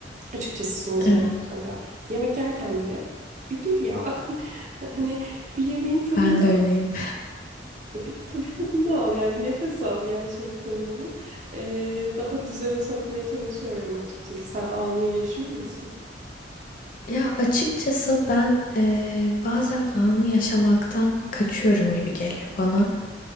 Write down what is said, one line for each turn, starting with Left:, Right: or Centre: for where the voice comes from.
Right: Açıkçası son zamanlarda.
Left: Evet,
Right: Yemek yerken bile bir dur ya. <laughs> Hani bir yemeğin tadını
Left: ben de öyleyim.
Right: e Bir tabii tadını al yani bir nefes al gerçekten hani. E, daha düzene sokmaya çalışıyorum açıkçası. Sen anını yaşıyor musun?
Left: Ya açıkçası ben eee, bazen anı yaşamaktan kaçıyorum gibi geliyor bana.